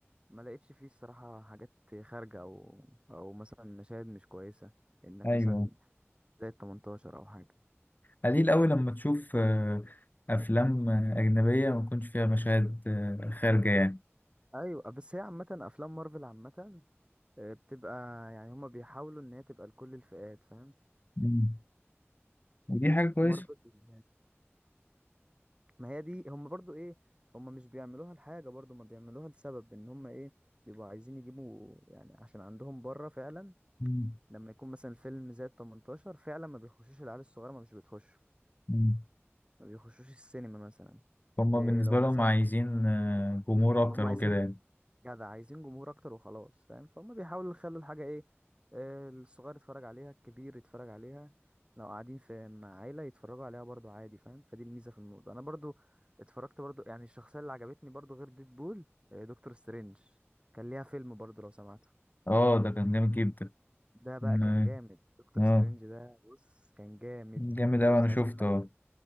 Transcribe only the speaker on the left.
أيوه
قليل قوي لما تشوف آه، أفلام آه، أجنبية ما يكونش فيها مشاهد آه، خارجة يعني
مم. ودي حاجة كويسة
مم.
مم.
هما
بالنسبة
لهم عايزين آه، جمهور
أكتر
وكده يعني
اه ده كان جامد جدا
م-
اه
جامد
أوي أنا شفته
اه